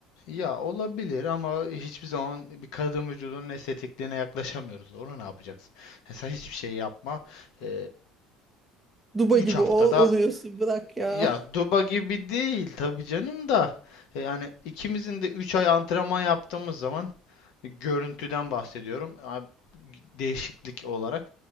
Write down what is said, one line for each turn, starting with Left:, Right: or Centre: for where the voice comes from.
Left: Ya olabilir ama hiçbir zaman bir kadın vücudunun estetikliğine yaklaşamıyoruz. Ona ne yapacaksın? E, sen hiçbir şey yapma. E,
Centre: Duba
Left: üç
Centre: gibi
Left: 3 haftada
Centre: ol, oluyorsun bırak ya.
Left: Ya Duba gibi değil tabii canım da. E, Yani ikimizin de 3 ay antrenman yaptığımız zaman e, görüntüden bahsediyorum. a- Değişiklik olarak.